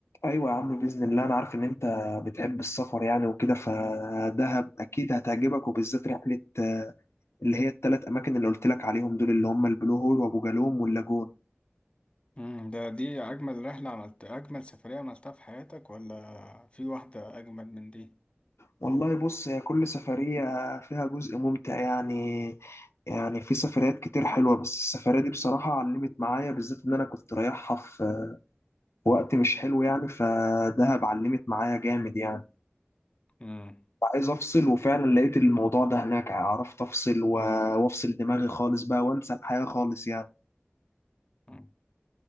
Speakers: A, on the left (about 85°); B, on the left (about 25°).
A: أيوة يا عم بإذن الله أنا عارف إن أنت بتحب السفر يعني وكده فدهب أكيد هتعجبك وبالذات رحلة آه، اللي هي التلات أماكن اللي قلت لك عليهم دول اللي هم البلو هول وأبو جالوم واللاجون
B: مم، ده دي اجمل رحلة عملت اجمل سفرية عملتها في حياتك ولا في واحدة اجمل من دي
A: والله بص هي كل سفرية فيها جزء ممتع يعني يعني في سفريات كتير حلوة بس السفرية دي بصراحة علمت معايا بالذات إن أنا كنت رايحها في وقت مش حلو يعني فدهب علمت معايا جامد يعني
B: مم.
A: عايز افصل وفعلا لقيت الموضوع ده هناك عرفت افصل و- وافصل دماغي خالص بقى وانسى الحياة خالص يعني
B: مم.